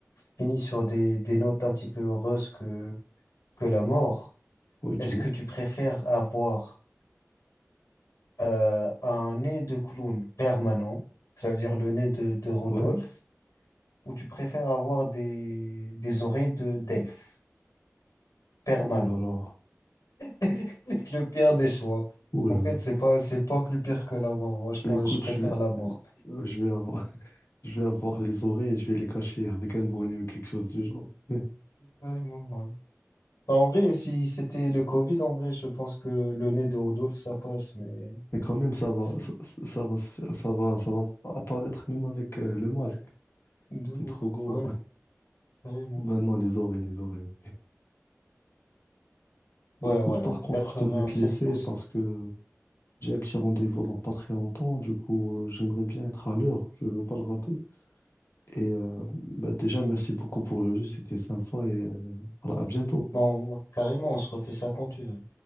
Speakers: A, on the left; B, on the left.
A: finit sur des, des notes un petit peu heureuses que, que la mort.
B: Oui, dis-moi.
A: Est-ce que tu préfères avoir euh, un nez de clown permanent, ça veut dire le nez de, de Rodolphe,
B: Ouais.
A: ou tu préfères avoir des, des oreilles de d'elfe permanent?
B: Oh là là.
A: <laughs> Le pire des choix.
B: Oh là
A: En fait,
B: là.
A: c'est pas, c'est pas plus pire que la mort. Moi, je
B: Bah
A: pense,
B: écoute,
A: je préfère
B: je vais,
A: la mort.
B: euh, je vais avoir, <laughs> je vais avoir les oreilles et je vais les cacher avec un bonnet ou quelque chose du genre. <laughs>
A: Vraiment, ouais. En vrai, si c'était le Covid, en vrai, je pense que le nez de Rodolphe, ça passe, mais
B: Mais quand même, ça va,
A: c'est
B: ça, ça- ça va, se faire- ça va, ça va apparaître même avec euh, le masque.
A: de
B: C'est
A: ouf.
B: trop gros.
A: Ouais,
B: <laughs>
A: carrément.
B: Ben non, les oreilles, les oreilles. Mais
A: Ouais,
B: écoute,
A: ouais,
B: par
A: ouais.
B: contre,
A: quatre-vingt-sept
B: je devrais te laisser
A: pour cent
B: parce que J'ai un petit rendez-vous dans pas très longtemps, du coup, euh, j'aimerais bien être à l'heure, je veux pas le rater. Et euh, bah, déjà, merci beaucoup pour le jeu, c'était sympa et euh, voilà, à bientôt.
A: Bon, ouais, carrément, on se refait ça quand tu veux.